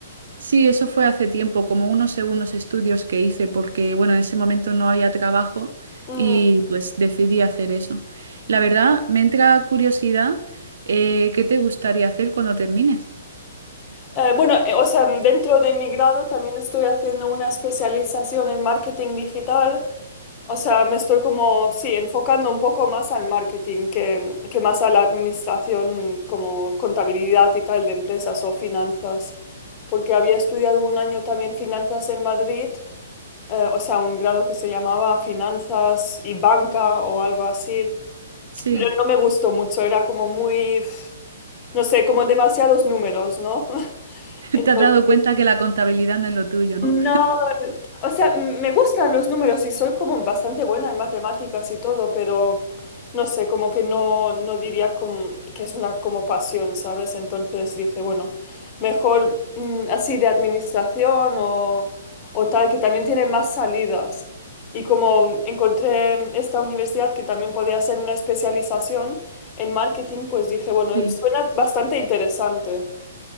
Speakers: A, on the right (about 70°); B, on the left (about 30°).
A: Sí, eso fue hace tiempo, como unos segundos estudios que hice, porque bueno, en ese momento no había trabajo
B: Mm,
A: y pues decidí hacer eso. La verdad, me entra curiosidad, eh, ¿qué te gustaría hacer cuando termines?
B: eh, bueno, eh, o sea, dentro de mi grado también estoy haciendo una especialización en marketing digital O sea, me estoy como, sí, enfocando un poco más al marketing que, que más a la administración como contabilidad y tal de empresas o finanzas, porque había estudiado un año también finanzas en Madrid, eh, o sea, un grado que se llamaba finanzas y banca o algo así,
A: Sí,
B: pero no me gustó mucho, era como muy, pf, no sé, como demasiados números, ¿no? <laughs>
A: <laughs>
B: Entonces,
A: te has dado cuenta que la contabilidad no es lo tuyo, ¿no?
B: no, o sea, m- me gustan los números y soy como bastante buena en matemáticas y todo, pero no sé, como que no, no diría como- que es una como pasión, ¿sabes? Entonces dije, bueno, mejor mm, así de administración o, o tal, que también tiene más salidas. Y como encontré esta universidad que también podía hacer una especialización en marketing, pues dije, bueno,
A: Sí,
B: suena bastante interesante.